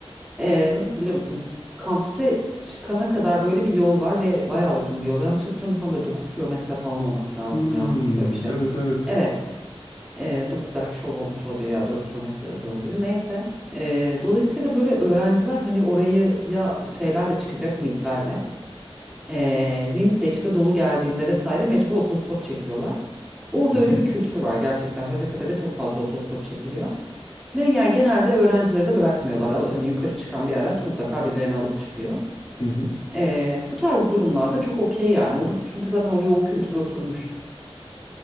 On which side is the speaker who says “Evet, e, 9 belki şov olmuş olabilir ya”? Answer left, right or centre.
Centre